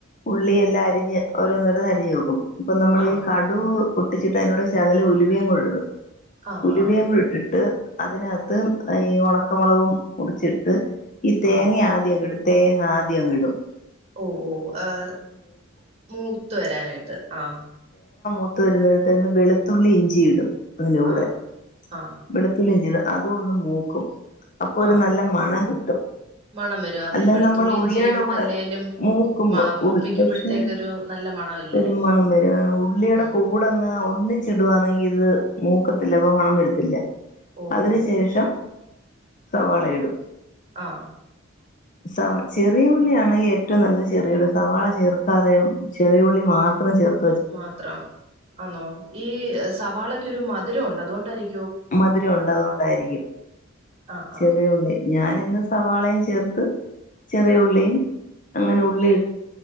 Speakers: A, on the left; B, on the right.
A: ഉള്ളിയെല്ലാം അരിഞ്ഞ് ഓരോന്നോരോന്നരിഞ് വെക്കും ഇപ്പ നമ്മൾ
B: ആഹ്
A: ഈ കടു പൊട്ടിച്ചിട്ട് അതിനോട് ശകലം ഉലുവേം കൂടിടും
B: ആഹ്
A: ഉലുവേം
B: ആഹ്
A: കൂടിട്ടിട്ട് അതിനാത് ത്ത് ഈ ഒണക്കമുളകവും മുടിച്ചിട്ട് ഈ തേങ്ങ
B: ആഹ്
A: ആദ്യങ്ങിട്ന്ന് തേങ്ങ ആദ്യങ്ങ് ഇടും
B: ഓഹ് ഓഹ് ആഹ് മൂത്ത് വരാനായിട്ട് ആഹ്
A: മുത്ത് വരുന്നട്ത്തെട്ട് വെളുത്തുള്ളി ഇഞ്ചിയിടും അതിന്റെ കൂടെ
B: ആഹ് ആഹ്
A: വെളുത്തുള്ളി ഇഞ്ചി താ അതും ഒന്ന് മൂക്കും അപ്പൊ ഒരു
B: ആഹ്
A: നല്ല മണം കിട്ട്
B: മണം വരും അതെ
A: അല്ല
B: വെളുത്തുള്ളി
A: നമ്മള് ഉള്ളിയുടെ
B: ഇഞ്ചിയും
A: കൂടെ
B: അല്ലേലും
A: മൂക്കുമ്പോ
B: മ മൂപ്പിക്കുമ്പോഴത്തേക്കൊരു
A: ഉൾ പക്ഷെ
B: നല്ല മണമില്ലേ
A: ഒരു മണം വരും ആഹ് ഉള്ളിടെ
B: ഉം
A: കൂടങ്ങ് ഒന്നിച്ച് ഇടുവാണെങ്കി ഇത് മൂക്കത്തില്ല അപ്പ മണം വരത്തില്ല
B: ഓഹോ
A: അതിനു ശേഷം സവാള ഇടും
B: ആഹ്
A: സവാൾ
B: മാത്രം ആന്നോ ഈ സവാളക്കൊരു മ ധുരൊണ്ടു അതൊണ്ടായിരി
A: മധുരം ഉണ്ട് അതുകൊണ്ടായിരിക്കും
B: ആഹ്
A: ചെറിയ
B: ആഹ്
A: ഉള്ളി ഞാൻ ഇന്ന് സവാളയും ചേർത്ത് ചെറിയ ഉള്ളിയും അങ്ങനെ ഉള്ളി ഇ